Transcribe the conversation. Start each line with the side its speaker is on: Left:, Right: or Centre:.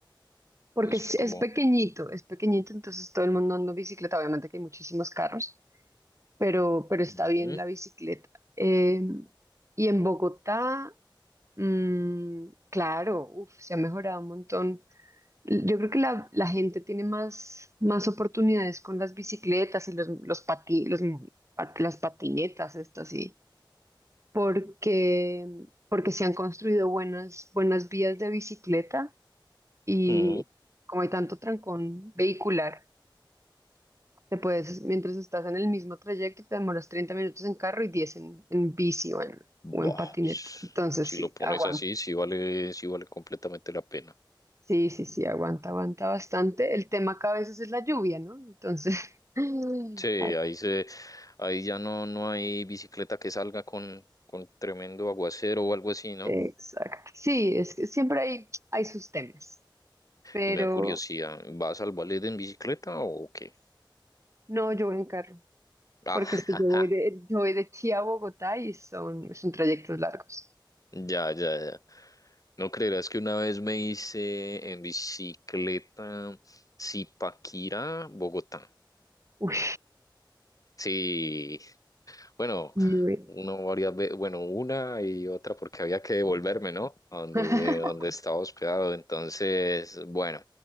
Right: Porque
Left: es
Right: es,
Left: como...
Right: es pequeñito, es pequeñito, entonces todo el mundo anda en bicicleta. Obviamente que hay muchísimos carros, pero, pero está
Left: Mm,
Right: bien la bicicleta. Eh, y en Bogotá, mm, claro, uf, se ha mejorado un montón. L- Yo creo que la, la gente tiene más, más oportunidades con las bicicletas y los, los, pati- los pat- las patinetas, esto sí, porque, porque se han construido buenas, buenas vías de bicicleta y
Left: mm.
Right: como hay tanto trancón vehicular. Te puedes, mientras estás en el mismo trayecto, te demoras 30 minutos en carro y 10 en, en bici o en,
Left: Buah,
Right: o en patineta. Entonces,
Left: si
Right: sí,
Left: lo pones
Right: aguanta.
Left: así, sí vale, sí vale completamente la pena.
Right: Sí, sí, sí, aguanta, aguanta bastante. El tema acá a veces es la lluvia, ¿no? Entonces, <laughs>
Left: Sí, ahí
Right: ah,
Left: se, ahí ya no, no hay bicicleta que salga con, con tremendo aguacero o algo así, ¿no?
Right: exacto. Sí, es que siempre hay, hay sus temas, pero
Left: Y me da curiosidad, ¿vas al ballet en bicicleta o qué?
Right: no, yo voy en carro,
Left: Ah,
Right: porque es que
Left: <laughs>
Right: yo voy de, yo voy de Chía a Bogotá y son, son trayectos largos.
Left: ya, ya, ya. No creerás que una vez me hice en bicicleta Zipaquirá, Bogotá.
Right: Uy,
Left: Sí, bueno,
Right: muy- bien.
Left: uno varias veces, bueno, una y otra porque había que devolverme, ¿no? A donde,
Right: <laughs>
Left: eh, donde estaba hospedado. Entonces, bueno,